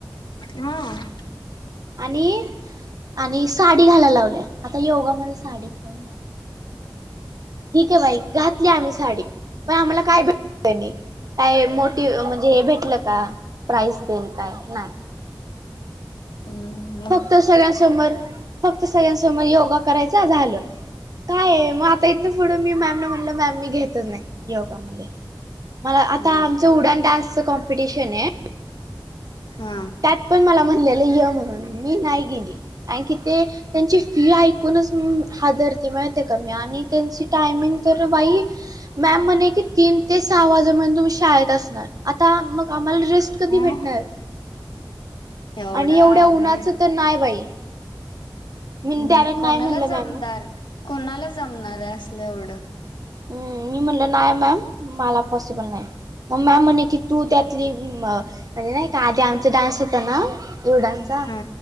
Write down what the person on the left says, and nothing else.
हम.
हम.
हा
हा.
हा
एवढा
वेळ
हम्म
कोणाला
जमणार
कोणाला जमणार आहे असूलं एवढं.
हा